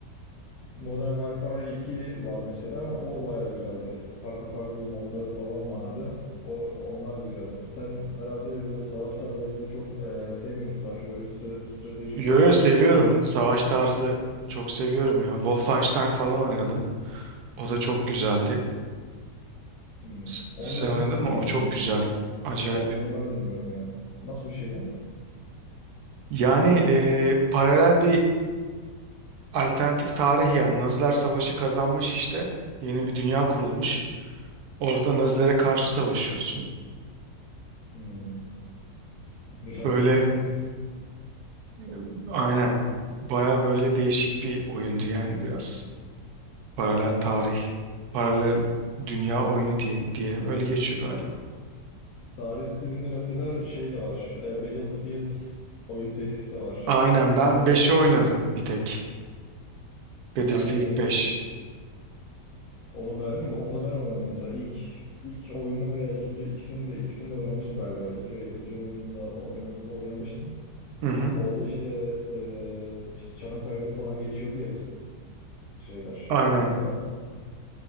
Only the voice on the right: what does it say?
Yo
yo
seviyorum. Savaş tarzı çok seviyorum ya. Wolfenstein falan oynadım. O da çok güzeldi.
S-
Sen
oynadın
mı?
O çok güzel. Acayip.
Yani e, paralel bir alternatif tarih yani. Naziler savaşı kazanmış işte. Yeni bir dünya kurulmuş. Orada Nazilere karşı savaşıyorsun.
Böyle
e, aynen. Baya böyle değişik bir oyundu yani biraz. Paralel tarih, paralel dünya oyunu diye- diyelim. Öyle geçiyor galiba.
Aynen ben
5'i oynadım bir tek. Battlefield
beş.
Hı hı.
Aynen.